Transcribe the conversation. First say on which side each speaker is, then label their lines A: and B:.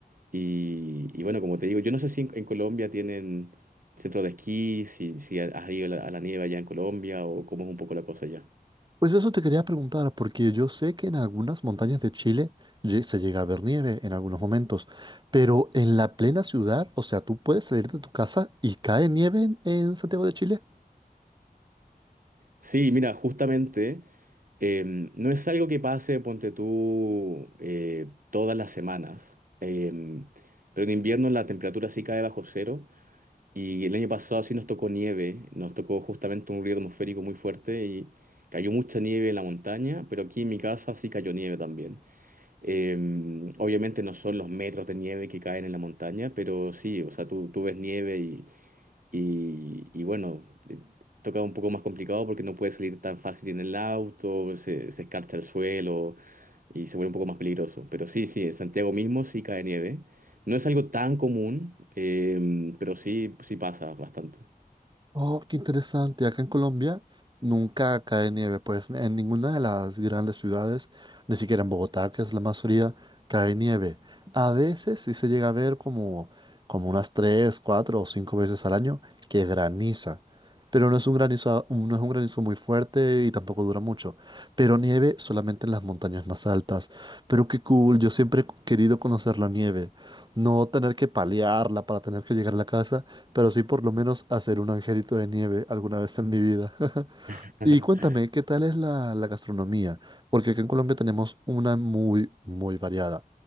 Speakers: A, on the right; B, on the right.
A: Y, y bueno, como te digo, yo no sé si en, en Colombia tienen centro de esquí, si, si has ido a la, a la nieve allá en Colombia o cómo es un poco la cosa allá.
B: Pues eso te quería preguntar, porque yo sé que en algunas montañas de Chile lle- se llega a ver nieve en algunos momentos, pero en la plena ciudad, o sea, tú puedes salir de tu casa y cae nieve en, en Santiago de Chile.
A: Sí, mira, justamente eh, no es algo que pase, ponte tú, eh, todas las semanas, eh, pero en invierno la temperatura sí cae bajo cero y el año pasado sí nos tocó nieve, nos tocó justamente un río atmosférico muy fuerte y cayó mucha nieve en la montaña, pero aquí en mi casa sí cayó nieve también. Eh, obviamente no son los metros de nieve que caen en la montaña, pero sí, o sea, tú, tú ves nieve y, y, y bueno, eh, toca un poco más complicado porque no puedes salir tan fácil en el auto, se, se escarcha el suelo y se vuelve un poco más peligroso. Pero sí, sí, en Santiago mismo sí cae nieve. No es algo tan común, eh, pero sí, sí pasa bastante.
B: Oh, qué interesante. Acá en Colombia nunca cae nieve, pues en ninguna de las grandes ciudades, ni siquiera en Bogotá, que es la más fría, cae nieve. A veces sí se llega a ver como, como unas tres, cuatro o cinco veces al año que graniza. Pero no es un granizo, no es un granizo muy fuerte y tampoco dura mucho. Pero nieve solamente en las montañas más altas. Pero qué cool, yo siempre he querido conocer la nieve. No tener que palearla para tener que llegar a la casa pero sí por lo menos hacer un angelito de nieve alguna vez en mi vida. <laughs>
A: <laughs>
B: Y cuéntame, ¿qué tal es la, la gastronomía? Porque aquí en Colombia tenemos una muy, muy variada.